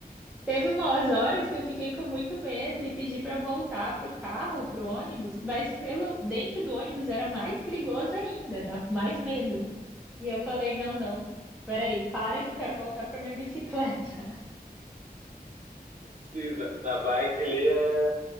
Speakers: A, in the centre; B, on the right.
A: teve umas horas que eu fiquei com muito medo e pedi para voltar pro carro, pro ônibus, mas pelo dentro do ônibus era mais perigoso ainda, dava mais medo. E eu falei, não, não, peraí, para que eu quero voltar para minha bicicleta.
B: Sim, na, na bike ali é.